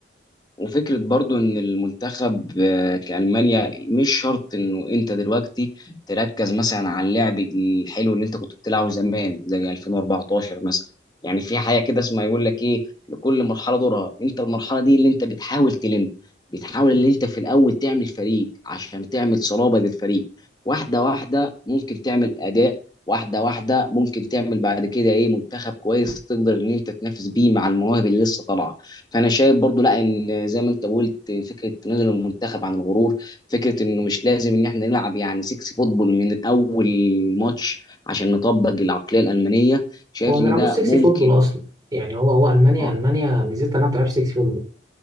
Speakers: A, on the left; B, on the right.
A: وفكرة برضو إن المنتخب آه، كألمانيا مش شرط إنه أنت دلوقتي تركز مثلا على اللعب الحلو اللي أنت كنت بتلعبه زمان زي 2014 مثلا يعني في حاجة كده اسمها يقول لك إيه لكل مرحلة دورها أنت المرحلة دي اللي أنت بتحاول تلم بتحاول إن أنت في الأول تعمل فريق عشان تعمل صلابة للفريق واحدة واحدة ممكن تعمل أداء واحدة واحدة ممكن تعمل بعد كده إيه منتخب كويس تقدر إن أنت تنافس بيه مع المواهب اللي لسه طالعة فانا شايف برضو لا ان زي ما انت قلت فكره تنازل المنتخب عن الغرور فكره انه مش لازم ان احنا نلعب يعني 6 فوتبول من اول ماتش عشان نطبق العقليه الالمانيه شايف
B: هو ما
A: ان
B: بيلعبوش
A: ده
B: سكسي
A: ممكن
B: فوتبول أصلا يعني هو هو ألمانيا
A: اه
B: ألمانيا ميزتها إنها ما بتلعبش سكسي فوتبول